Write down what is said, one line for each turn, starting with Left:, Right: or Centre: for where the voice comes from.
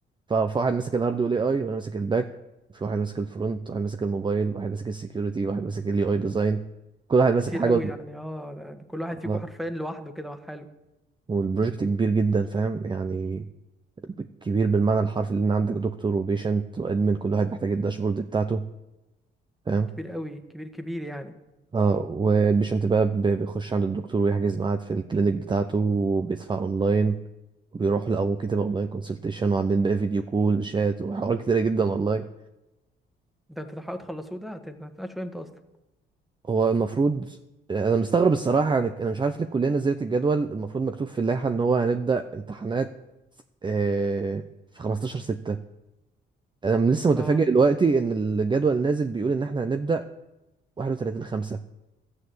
Right: ف- فواحد ماسك الهارد والاي اي وأنا ماسك الباك في واحد ماسك الفرونت واحد ماسك الموبايل واحد ماسك السكيورتي واحد ماسك اليو اي ديزاين كل واحد
Centre: ده
Right: ماسك
Centre: كتير
Right: حاجة
Centre: قوي يعني اه ده ده كل واحد فيكم
Right: آه،
Centre: حرفيا لوحده كده مع حاله
Right: والبروجكت كبير جدا فاهم يعني كبير بالمعنى الحرفي لأن عندك دكتور وبيشنت وأدمن كل واحد محتاج الداشبورد بتاعته فاهم
Centre: كبير قوي كبير كبير يعني
Right: اه والبيشنت بقى ب- بيخش عند الدكتور ويحجز ميعاد في الكلينيك بتاعته وبيدفع اونلاين وبيروح له او ممكن تبقى اونلاين كونسلتيشن وعاملين بقى فيديو كول وشات وحوارات كتيره جدا والله
Centre: ده انتوا تحاولوا تخلصوه ده هت- هتناقشوا امتى اصلا
Right: هو المفروض انا مستغرب الصراحه يعني انا مش عارف ليه الكليه نزلت الجدول المفروض مكتوب في اللائحه ان هو هنبدا امتحانات آه، في 15 6 انا لسه متفاجئ
Centre: اه
Right: دلوقتي ان الجدول نازل بيقول ان احنا هنبدا 31 5